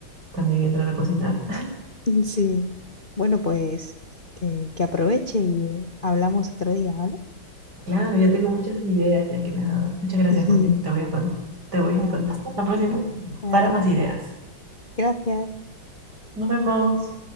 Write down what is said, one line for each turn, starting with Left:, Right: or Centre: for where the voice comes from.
Right: también entrar a cocinar.
Left: <laughs> Sí. Bueno, pues que, que aproveche y eh, hablamos otro día, ¿vale?
Right: Claro, yo tengo muchas ideas ya que me has dado. Muchas gracias,
Left: <laughs>
Right: Julia. Te voy a cont- te voy
Left: Ah,
Right: a contestar la próxima
Left: vale,
Right: para más ideas.
Left: gracias.
Right: Nos vemos.